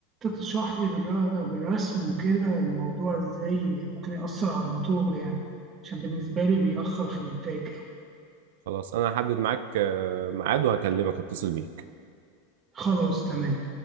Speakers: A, on the right (about 25°); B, on the right (about 70°).
A: انت تشرح لي بالر- بالرسم وكده الموضوع ازاي ممكن يأثر على الموتور يعني عشان بالنسبه لي بيأخر في الانتاج أوي
B: خلاص انا هحدد معاك آه، ميعاد وهكلمك اتصل بيك
A: خلاص تمام